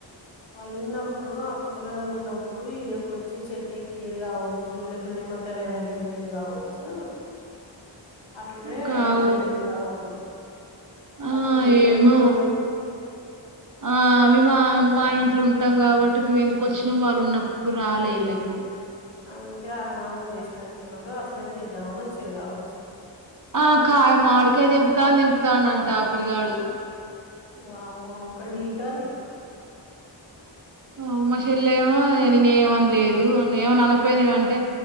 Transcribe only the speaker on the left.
వాళ్ళు ఉన్నప్పుడు ఆ పిల్లగాళ్ళు ఉన్నప్పుడుక వచ్చి చెట్టు ఎక్కేది కావచ్చు లేకపోతే నిమక్క ాల ఎవ ఏం పేరు కావచ్చు అట్లనే
వాళ్ళు బెదిరిత్తా ఊర్రు
అప్పుడు మీరు
ఏడ చూడపోయిర్రు
అంకే ఆగమాగం చేసినట్టున్నారు అట్లనే చేద్దామ అని చిరు కావచ్చు
వామ్మో ఒకటి పీకాలే